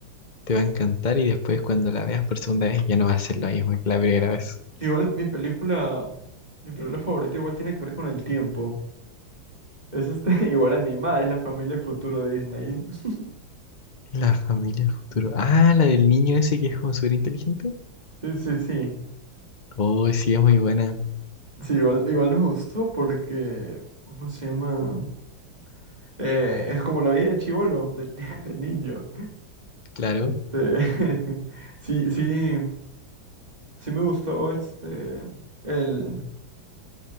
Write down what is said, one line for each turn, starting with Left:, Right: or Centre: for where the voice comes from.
Left: te va a encantar y después cuando la veas por segunda vez ya no va a ser lo mismo que la primera vez.
Right: <laughs> Igual mi película, mi película favorita igual tiene que ver con el tiempo. Es este, <laughs> igual animada, es La familia futuro de Disney. <laughs>
Left: La familia futuro. Ah, la del niño ese que es como súper inteligente.
Right: Sí, sí, sí.
Left: Oh, sí, es muy buena,
Right: Sí, igual, igual me gustó porque, ¿cómo se llama? Eh, es como la vida de chibolo, de, <laughs> de niño.
Left: claro.
Right: Este, <laughs> sí, sí, sí me gustó este, el,